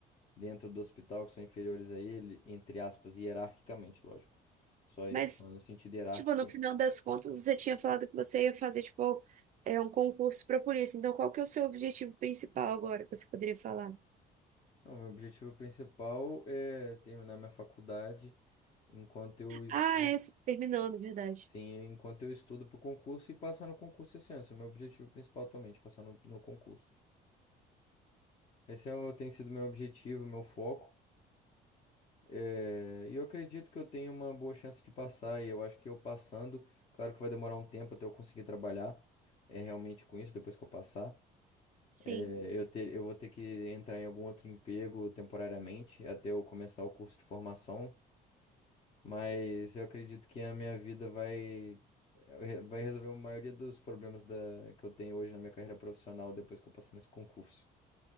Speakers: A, on the left; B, on the right.
A: dentro do hospital que são inferiores a ele, entre aspas, hierarquicamente, lógico. Só,
B: Mas
A: só no sentido hierárquico.
B: Tipo, no final das contas, você tinha falado que você ia fazer, tipo, é um concurso para polícia. Então, qual que é o seu objetivo principal agora que você poderia falar?
A: Não, meu objetivo principal é terminar minha faculdade enquanto eu estudo.
B: Ah, é, você terminou, na verdade.
A: Sim, enquanto eu estudo para o concurso e passar no concurso esse ano. Esse é o meu objetivo principal atualmente, passar no, no concurso. Esse é, o- tem sido meu objetivo, meu foco. É, e eu acredito que eu tenho uma boa chance de passar, e eu acho que eu passando, claro que vai demorar um tempo até eu conseguir trabalhar é, realmente com isso, depois que eu passar.
B: Sim.
A: É, eu ter, eu vou ter que entrar em algum outro emprego temporariamente até eu começar o curso de formação, mas eu acredito que a minha vida vai, é, vai resolver a maioria dos problemas da, que eu tenho hoje na minha carreira profissional depois que eu passar nesse concurso.